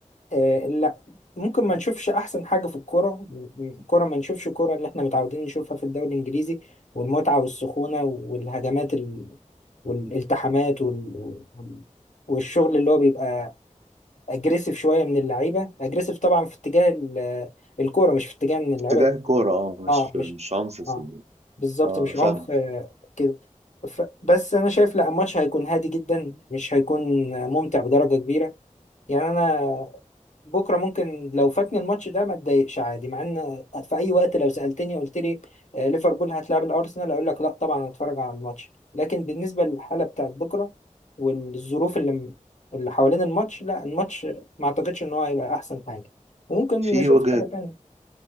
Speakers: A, on the left (about 65°); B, on the right (about 55°).
A: آه، لا ممكن ما نشوفش احسن حاجه في الكوره الكوره ما نشوفش الكوره اللي احنا متعودين نشوفها في الدوري الانجليزي والمتعه والسخونه والهجمات ال... والالتحامات وال... وال... والشغل اللي هو بيبقى اجريسيف شويه من اللعيبه اجريسيف طبعا في اتجاه ال... الكوره مش في اتجاه ان اللعيبه
B: اتجاه كورة أه مش
A: اه مش
B: مش عنف في
A: اه
B: ال-
A: بالظبط
B: أه
A: مش
B: فاهم
A: عنف آه، كده ف... بس انا شايف لا الماتش هيكون هادي جدا مش هيكون ممتع بدرجه كبيره يعني انا بكره ممكن لو فاتني الماتش ده ما اتضايقش عادي مع ان في اي وقت لو سالتني قلت لي آه، ليفربول هتلعب الارسنال اقول لك لا طبعا هتفرج على الماتش لكن بالنسبه للحاله بتاعت بكره والظروف اللي اللي حوالين الماتش لا الماتش ما اعتقدش ان هو هيبقى احسن حاجه وممكن
B: في
A: نشوف
B: وجهة
A: حاجه تانية